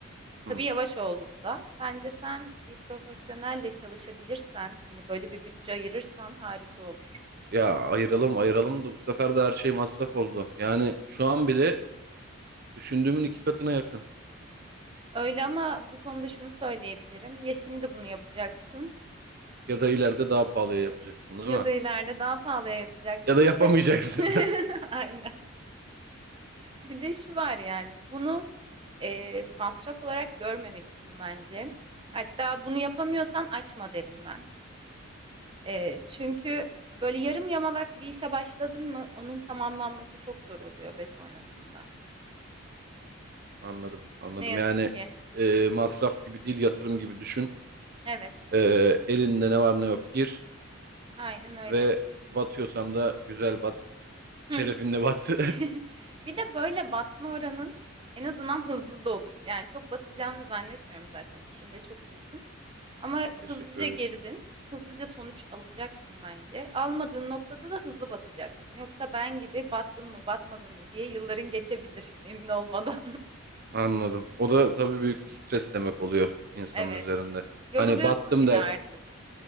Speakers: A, on the right (about 25°); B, on the right (about 45°).
A: Tabii
B: Hmm.
A: yavaş oldu bu da. Bence sen bir profesyonelle çalışabilirsen, hani böyle bir bütçe ayırırsan harika olur.
B: Ya ayıralım ayıralım da bu sefer de her şey masraf oldu. Yani şu an bile düşündüğümün iki katına yakın.
A: Öyle ama bu konuda şunu söyleyebilirim. Ya şimdi bunu yapacaksın
B: Ya da ileride daha pahalıya yapacaksın değil
A: Ya
B: mi?
A: da ileride daha pahalıya yapacaksın.
B: Ya da yapamayacaksın.
A: Bir de <laughs> aynen. Bir de şu var yani bunu e, masraf olarak görmemelisin bence. Hatta bunu yapamıyorsan açma derim ben. E, çünkü böyle yarım yamalak bir işe başladın mı onun tamamlanması çok zor oluyor be sonrasında.
B: <laughs> Anladım anladım.
A: Ne yazık
B: Yani
A: ki.
B: e, masraf gibi değil yatırım gibi düşün.
A: Evet,
B: E, elinde ne var ne yok gir
A: aynen öyle.
B: ve batıyorsan da güzel bat. Şerefinle
A: Hı.
B: bat.
A: <laughs> Bir de böyle batma oranın en azından hızlı da olur. Yani çok batacağını zannetmiyorum zaten. İşinde çok iyisin. Ama
B: <laughs> Teşekkür
A: hızlıca
B: ederim.
A: girdin. Hızlıca sonuç alacaksın bence. Almadığın noktada da hızlı batacaksın. Yoksa ben gibi battın mı, batmadın mı diye yılların geçebilir emin olmadan. <laughs>
B: Anladım. O da tabii büyük bir stres demek oluyor insanın
A: Evet.
B: üzerinde.
A: Yoruluyorsun
B: Hani battım
A: bir
B: der,
A: de artık.